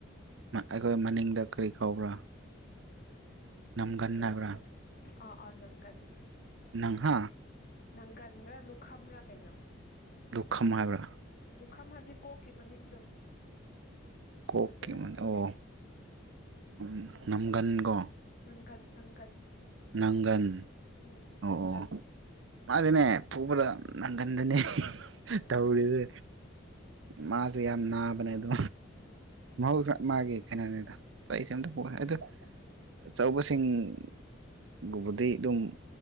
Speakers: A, on the right (about 75°); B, on the left (about 45°).
A: ꯑꯩꯈꯣꯏ ꯃꯅꯤꯡꯗ ꯀꯔꯤ ꯀꯧꯕ꯭ꯔꯥ ꯅꯝꯒꯟꯅꯕ꯭ꯔꯥ
B: ꯀꯩ ꯑꯥ ꯑꯥ ꯉꯪꯒꯅꯤ
A: ꯅꯪꯍꯥꯛ
B: ꯅꯪꯒꯟꯕ꯭ꯔꯥ ꯂꯨꯈ꯭ꯔꯥ ꯀꯩꯅꯣ
A: ꯄꯨꯈꯝ ꯍꯥꯏꯕ꯭ꯔꯥ
B: ꯂꯨꯈꯝ ꯍꯥꯏꯕꯗꯤ ꯀꯣꯛꯈꯤꯕ ꯃꯅꯤꯡꯗꯣ
A: ꯀꯣꯛꯀꯦꯅꯤ
B: ꯑꯗꯨ ꯅꯠꯇꯕꯅꯦ
A: ꯑꯣ ꯎ ꯅꯝꯒꯟꯀꯣ
B: ꯅꯪꯒꯟ ꯅꯪꯒꯟ
A: ꯅꯪꯒꯟ
B: ꯎꯝ
A: ꯑꯣꯛꯑꯣ
B: ꯅꯪꯒꯟ
A: ꯃꯥꯅꯦ ꯄ ꯄꯨꯕꯗ ꯅꯪꯒꯟꯗꯅꯦ
B: ꯎꯝ
A: ꯇꯧꯔꯤꯗ ꯃꯥꯁꯨ ꯌꯥꯝ ꯅꯥꯕꯅꯦ ꯑꯗꯨ ꯃꯍꯧꯁ ꯃꯥꯒꯦ ꯀꯩꯅꯅꯤꯗ ꯆꯁꯦ ꯑꯇ ꯑꯣ ꯑꯆꯧꯕꯁꯤꯡꯒꯨꯝꯕꯗꯤ ꯑꯗꯨꯝ